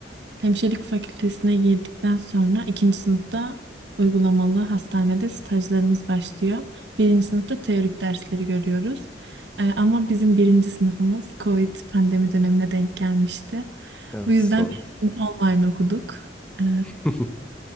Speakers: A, on the right; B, in the centre.
A: hemşirelik fakültesine girdikten sonra ikinci sınıfta uygulamalı hastanede stajlarımız başlıyor. Birinci sınıfta teorik dersleri görüyoruz. E, ama bizim birinci sınıfımız COVID pandemi dönemine denk gelmişti.
B: Evet
A: Bu yüzden
B: doğru.
A: biz online okuduk. E,
B: <laughs>